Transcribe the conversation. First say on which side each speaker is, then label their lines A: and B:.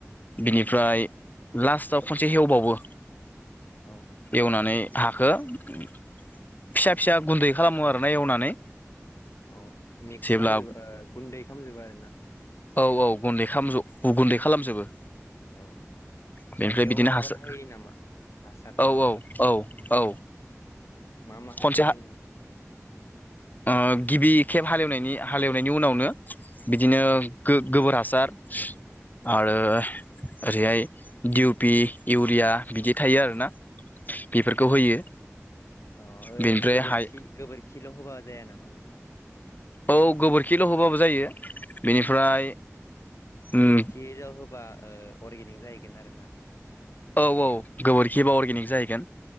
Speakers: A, on the left; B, on the left.
A: बिनिफ्राय लास्टाव खनसे एवबावो
B: औ
A: एवनानै हाखो फिसा फिसा
B: औ
A: गुन्दै खालामो आरो ना एवनानै।
B: औ मिक्स
A: जेब्ला
B: खालामजोब ओ गुन्दै खालामजोबो आरो ना।
A: औ औ गुन्दै खालाम जो गुन्दै खालामजोबो।
B: औ
A: बेनिफ्राय
B: बेयाव
A: बिदिनो
B: माबाफोर
A: हासार
B: हायो नामा? हासार
A: औ
B: माबाफोर
A: औ औ औ
B: मा मा हासार
A: खनसे
B: होयो नोंथां?
A: ओ गिबि खेब हालेवनायनि हालेवनायनि उनावनो बिदिनो
B: औ
A: गो गोबोर हासार
B: औ
A: आरो ओरैहाय दिउ पि, इउरिया बिदि थायो आरो ना। बेफोरखौ होयो।
B: अ' ओइ
A: बेनिफ्राय
B: गोबोरखि
A: हाय
B: गोबोरखिल' होबा जाया नामा नोंथां?
A: औ गोबोरखिल' होबाबो जायो। बेनिफ्राय
B: अ'
A: उम
B: गोबोरखिल' होबा ओ अर्गेनिग जाहैगोन आरोना नोंथां।
A: औ औ गोबोरखि बा अर्गेनिक जाहैगोन